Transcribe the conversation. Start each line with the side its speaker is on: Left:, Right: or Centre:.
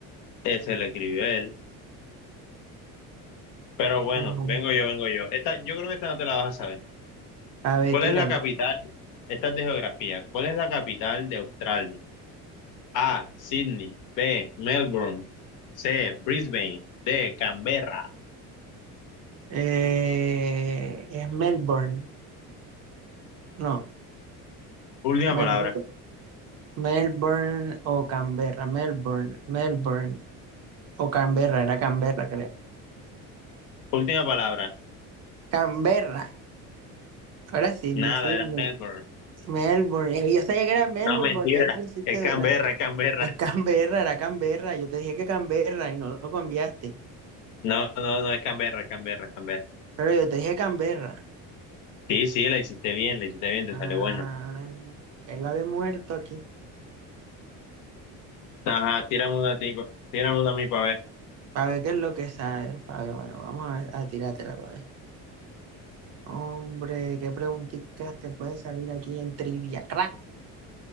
Left: ese lo escribió él. Pero bueno,
Right: Ujú.
Left: vengo yo, vengo yo. Esta, yo creo que esta no te la vas a saber.
Right: A ver,
Left: ¿Cuál
Right: tírala.
Left: es la capital? Esta es de geografía. ¿Cuál es la capital de Australia? A, Sydney. B, Melbourne. C, Brisbane. D, Canberra.
Right: Eh, es Melbourne. No,
Left: Última
Right: Melbourne.
Left: palabra.
Right: Melbourne o Canberra. Melbourne, Melbourne o Canberra. Era Canberra, creo.
Left: Última palabra.
Right: Canberra. Ahora sí,
Left: Nada,
Right: ni Sydney.
Left: era Melbourne.
Right: Melbourne. Eh, Yo sabía que era Melbourne
Left: No, mentira.
Right: porque me hiciste
Left: Es Canberra,
Right: dudar.
Left: es Canberra.
Right: Es Canberra, era Canberra. Yo te dije que Canberra y no lo cambiaste.
Left: No, no, no es Canberra, es Canberra, es Canberra.
Right: Pero yo te dije Canberra.
Left: Sí, sí, la hiciste bien, la hiciste bien, te
Right: Ah,
Left: salió buena.
Right: ya iba a haber muerto aquí.
Left: Ajá, tírame una tipa, tírame una a mí para ver.
Right: Para ver qué es lo que sabe. Para ver, bueno, vamos a, ver- a tirártela para ver. Hombre, qué preguntitas te puede salir aquí en Trivia Crack.